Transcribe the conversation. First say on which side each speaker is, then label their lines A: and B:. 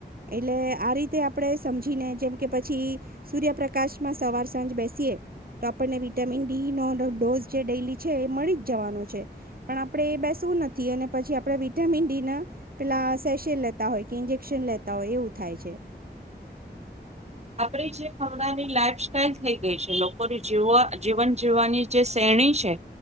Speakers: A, on the right; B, on the right.
A: એટલે આ રીતે આપણે સમજીને જેમ કે પછી, સૂર્યપ્રકાશમાં સવાર સાંજ બેસીએ તો આપણને વિટામિન ડીનો ડોઝ જે ડેલી છે એ મળી જ જવાનો છે, પણ આપણે એ બેસવું નથી અને પછી આપણે વિટામિન ડીના પેલા સેસે લેતા હોય કે ઈન્જેક્શન લેતા હોય એવું થાય છે.
B: આપ જે હમણાંની લાઈફ સાઈલ થઈ ગઈ છે, લોકોની જીવવા જીવન જીવવાની જે શ્રેણી છે